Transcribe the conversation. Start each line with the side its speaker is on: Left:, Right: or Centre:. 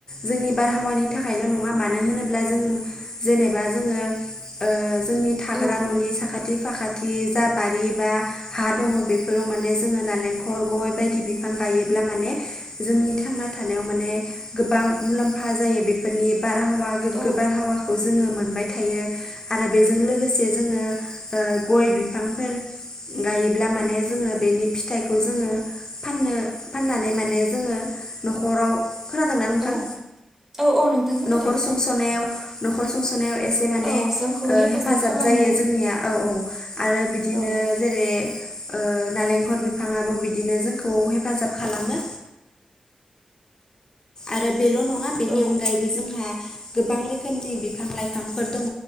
Left: जोंनि बारहावानि थाखायल' नंङा मानो होनोब्ला जों जेनेबा जोंङो ओ जोंनि थाग्रा
Right: औ
Left: न'नि साखाथि फाखा थि जा बारि बा हा दंङ बेफोराव माने जोंङो नालेंखर गय बायदि बिफां गायो ब्ला माने जोंनि थांना थानायाव माने गोबां मुलाम्फा जायो बेफोरनि बारहावा गोग्गो
Right: औ
Left: बारहावाखौ जोङो मोन बाय थायो आरो बेजों लोगोसे जोंङो ओ गय बिफांफोर गायोब्ला माने जोंङो बेनि फिथाइखौ जोंङो फाननो फाननानै माने जोङो न'खराव खोनादोंना नोंथां
Right: औ औ औ नोंथां खोनादों
Left: न'खर सुंसनायाव न'खर सं नायाव एसे माने
Right: औ
Left: ओ
Right: जोंखौ
Left: हेफाजाब
Right: खालामो
Left: जायो जोंनिया औ औ आरो बिदिनो
Right: औ
Left: जेरै ओ नालेंखर बिफाङाबो बिदिनो जोंखौ हेफाजाब खालामो। आरो बेल' नङा बेनि
Right: औ
Left: अनगायैबो जोंहा गोबां रोखोमनि बिफां लाइफांफोर दंङ